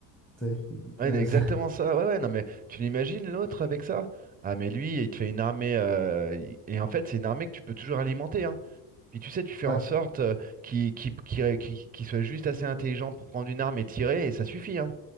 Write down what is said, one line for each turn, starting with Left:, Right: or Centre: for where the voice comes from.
Centre: tu sais,
Right: ouais,
Centre: le
Right: mais
Centre: reste.
Right: exactement
Centre: <laughs>
Right: ça. Ouais, ouais, non, mais tu l'imagines l'autre avec ça? Ah, mais lui, il te fait une armée. euh, il- et en fait, c'est une armée que tu peux toujours alimenter. Hein. Puis tu sais, tu fais
Centre: Ouais,
Right: en sorte euh, qu'il qu'il- qu'il- qu'il- qu'il soit juste assez intelligent pour prendre une arme et tirer, et ça suffit. Hein.